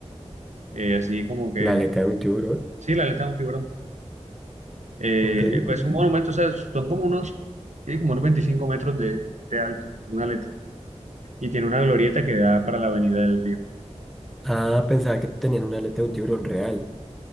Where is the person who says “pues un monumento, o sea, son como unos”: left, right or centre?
Right